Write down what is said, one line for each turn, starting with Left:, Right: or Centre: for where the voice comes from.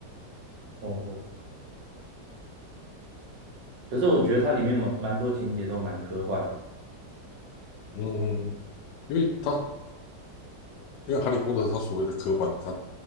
Right: 哦，可是我觉得它里面蛮蛮多情节都蛮科幻的。
Left: 嗯，因为它因为哈利波特它所谓的科幻，它